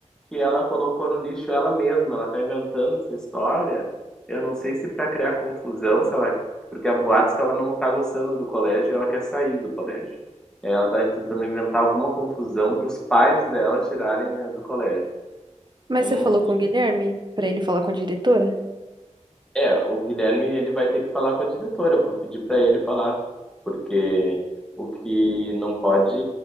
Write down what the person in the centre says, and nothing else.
que ela colocou no lixo ela mesma. Ela tá inventando essa história. Eu não sei se para criar confusão, se ela, porque há boatos que ela não tá gostando do colégio e ela quer sair do colégio. É, Ela tá tentando inventar alguma confusão para os pais dela tirarem eh, do colégio.
Eu
não
sei.
É, o Guilherme ele vai ter que falar com a diretora. Eu vou pedir para ele falar, porque o que não pode